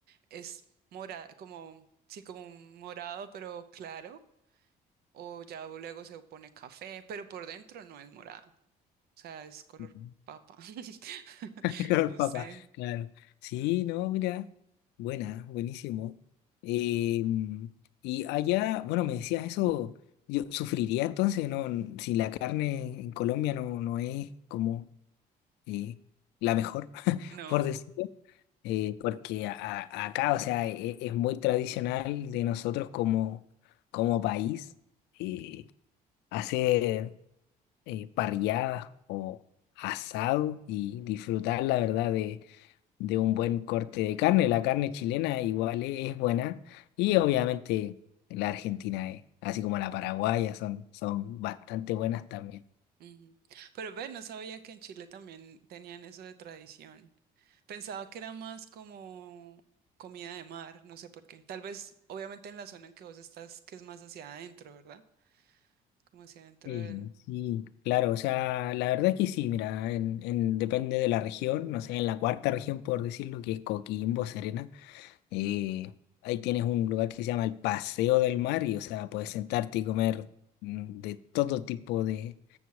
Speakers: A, on the right (about 70°); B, on the left (about 85°).
A: es morada, como, sí, como un morado, pero claro. o ya luego se pone café, pero por dentro no es morada, o sea, es color
B: <laughs> Ujú.
A: papa. <laughs>
B: El color
A: No
B: papa,
A: sé,
B: claro. Sí, no, mira, buena, buenísimo. Eh, y allá, bueno, me decías eso, yo sufriría entonces, ¿no? Si la carne en Colombia no, no es como eh, la mejor, <laughs>
A: no.
B: por decirlo. Eh, porque a- a- acá, o sea, e- e, es, muy tradicional de nosotros como, como país. eh, hacer eh, parrilladas o asado y disfrutar, la verdad, de, de un buen corte de carne. La carne chilena igual e- es buena y obviamente la argentina, eh, así como la paraguaya, son, son bastante buenas también.
A: ujú. Pero ve, no sabía que en Chile también tenían eso de tradición. Pensaba que era más como comida de mar, no sé por qué. Tal vez, obviamente, en la zona en que vos estás, que es más hacia adentro, ¿verdad? Como hacia adentro
B: Eh,
A: del...
B: sí, claro, o sea, la verdad es que sí, mira, en, en- depende de la región, no sé, en la cuarta región, por decirlo, que es Coquimbo, Serena. Y ahí tienes un lugar que se llama el Paseo del Mar y, o sea, puedes sentarte y comer mm, de todo tipo de,